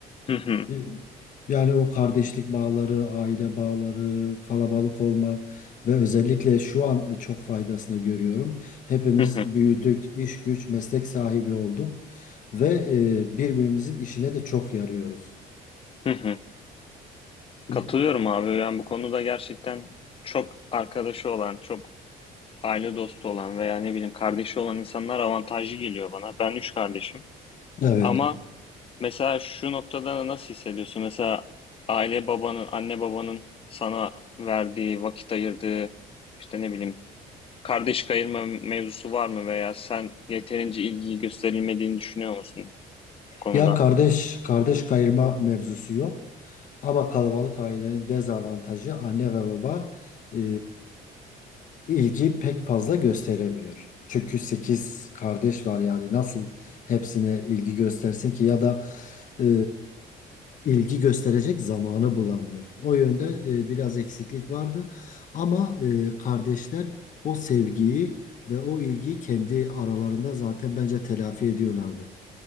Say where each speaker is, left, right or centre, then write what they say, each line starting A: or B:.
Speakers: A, on the left; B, on the left.
A: Hı hı.
B: E, Yani o kardeşlik bağları, aile bağları, kalabalık olmak ve özellikle şu an çok faydasını görüyorum. Hepimiz
A: Hı hı.
B: büyüdük, iş güç, meslek sahibi olduk ve e, birbirimizin işine de çok yarıyoruz.
A: Hı hı.
B: E,
A: Katılıyorum abi. Yani bu konuda gerçekten çok arkadaşı olan, çok aile dostu olan veya ne bileyim kardeşi olan insanlar avantajlı geliyor bana. Ben üç kardeşim.
B: Evet.
A: Ama mesela şu noktada nasıl hissediyorsun? Mesela aile babanın, anne babanın sana verdiği, vakit ayırdığı, işte ne bileyim kardeş kayırma mevzusu var mı veya sen yeterince ilgi gösterilmediğini düşünüyor musun bu konuda?
B: Ya kardeş kardeş kayırma mevzusu yok. Ama kalabalık ailenin dezavantajı anne ve baba e, ilgi pek fazla gösteremiyor. Çünkü 8 kardeş var yani nasıl hepsine ilgi göstersin ki ya da e, ilgi gösterecek zamanı bulamıyor. O yönde e, biraz eksiklik vardı ama e, kardeşler o sevgiyi ve o ilgiyi kendi aralarında zaten bence telafi ediyorlardı.